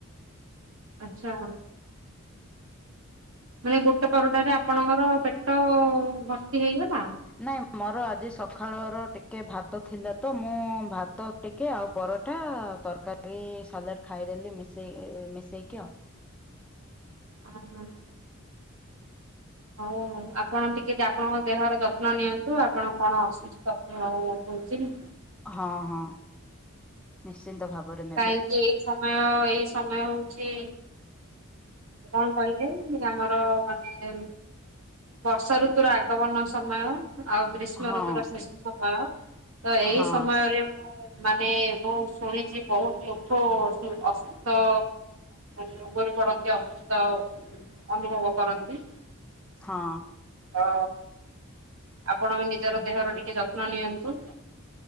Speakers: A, on the right (about 70°); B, in the centre.
A: ଆଚ୍ଛା। ମାନେ ଗୋଟେ ପରଟାରେ ଆପଣଙ୍କର ପେଟ ଭର୍ତି ହେଇଗଲା?
B: ନାଇଁ ମୋର ଆଜି ସକାଳର ଟିକେ ଭାତ ଥିଲା ତ। ମୁଁ ଭାତ ଟିକେ ଆଉ ପରଠା ତରକାରୀ ସାଲାଡ ଖାଇଦେଲି ମିଶେଇ ମିଶେଇକି ଆଉ।
A: ଆହା। ହଉ ଆପଣ ଟିକେ ଆପଣଙ୍କ ଦେହର ଯତ୍ନ ନିଅନ୍ତୁ ଆପଣ କଣ ଅସୁ ପ୍ରାଥନା ହଉଛି କି
B: ହଁ ହଁ ନିଶ୍ଚିନ୍ତ ଭାବରେ ନେବି
A: କାହିଁକି ଏଇ ସମୟ ଏଇ ସମୟ ହଉଛି କଣ କହିଲେ ଆମର ମାନେ ବର୍ଷା ଋତୁର ଆଗମନ ସମୟ ଆଉ ଗ୍ରୀଷ୍ମ
B: ହଁ
A: ଋତୁର ଶେଷ ସମୟ ତ ଏଇ
B: ହଁ।
A: ସମୟରେ ମାନେ ମୁଁ ଶୁଣିଛି ବହୁତ ଲୋକ ଅ ସୁସ୍ଥ ରୋଗରେ ପଡନ୍ତି ଅସୁସ୍ଥ ଅନୁଭବ କରନ୍ତି
B: ହଁ।
A: ଓ ଆପଣ ନିଜର ଦେହର ଟିକେ ଯତ୍ନ ନିଅନ୍ତୁ